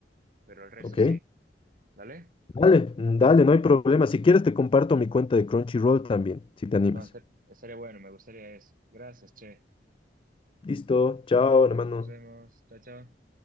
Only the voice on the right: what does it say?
pero el resto
sí. ¿Dale?
No, está- estaría bueno, me gustaría eso. Gracias, che.
Dale,
nos vemos. Chao, chao.